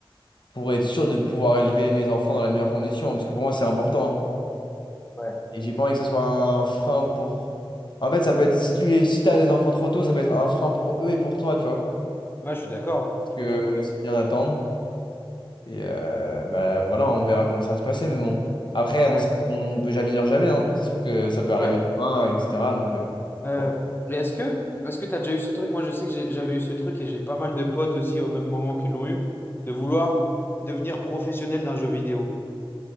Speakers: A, on the left; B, on the left.
A: Pour être sûr de pouvoir élever mes enfants dans la meilleure condition, parce que pour moi, c'est important.
B: Ouais.
A: Et j'ai pas envie que ça soit un frein pour... En fait, ça peut être, si tu les, si t'as des enfants trop tôt, ça peut être un frein pour eux et pour toi, tu vois.
B: Ouais, je suis d'accord.
A: Parce
B: Je suis
A: que
B: totalement d'accord.
A: c'est bien d'attendre. Et euh, bah, voilà, on verra comment ça va se passer. Mais bon, après,
B: Ouais.
A: on sait qu'on peut jamais dire jamais. Hein. Ça se trouve que ça peut arriver
B: Ouais.
A: demain, etc. Donc, euh,
B: Euh,
A: ouais.
B: mais est-ce que, est-ce que tu as déjà eu ce truc? Moi, je sais que j'ai- j'avais eu ce truc et j'ai pas mal de potes aussi au même moment qu'ils l'ont eu, de vouloir devenir professionnel d'un jeu vidéo.